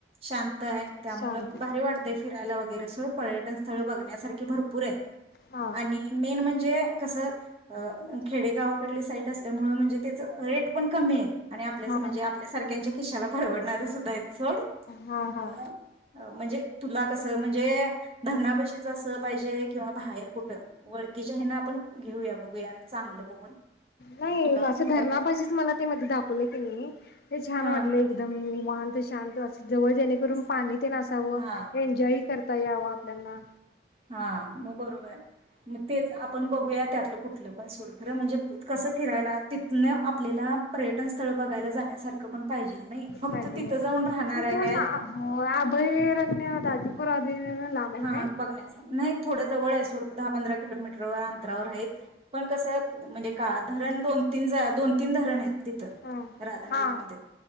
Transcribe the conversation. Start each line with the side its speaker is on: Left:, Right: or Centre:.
Right: शांत आहे त्यामु
Left: शांत
Right: भारी वाटते फिरायला वगैरे सोड पर्यटन स्थळ बघण्यासारखी भरपूर आहेत
Left: हा
Right: आणि मेन म्हणजे कसं खेड्यागावाकड सा असल्या म्हणे पण कमी आहेत
Left: हा
Right: म्हणजे आपल्यासारख्याच कश्याला परवडणार <unintelligible> सोड
Left: हा हा
Right: म म्हणजे तुला कस म्हणजे धरणापशीचस पाहिजे किंवा बाहेर कुठं वळखकीच्या हे ना आपण घेऊया बघूया चांगलं बघून
Left: नाही
Right: तुला
Left: असं
Right: कुठल्या
Left: धरणापाशीच
Right: पद
Left: मला ते मध्ये दाखवले तनी ते छान
Right: हा
Left: वाटलंय एकदम निवांत शांत अस जवळ जेणेकरून
Right: तस-
Left: पाणी ते नसावं
Right: हा
Left: एन्जॉय कर ता यावं आपल्याला
Right: हा मग बरोबर मग तेच आपण बघूया त्यातलं कुठलं पण सोड खरं म्हणजे कसं फिरायला तिथन आपल्याला पर्यटन स्थळ बघायला जाण्यासारखं पण पाहिजेल नाही फक्त
Left: पाहिजे
Right: तिथं
Left: हो
Right: जाऊन राहणार
Left: तिथून
Right: आहे काय
Left: अभयारण्य <unintelligible>
Right: हा
Left: काय?
Right: बघण्याच नाही थोडं जवळ आहे सोड दहा पंधरा किलोमीटर <unintelligible> पण कसं काळ धरण दोन तीन जाळ्यात दोन तीन धरण आहेत तिथं
Left: हा
Right: राधानगरीमध्ये
Left: हा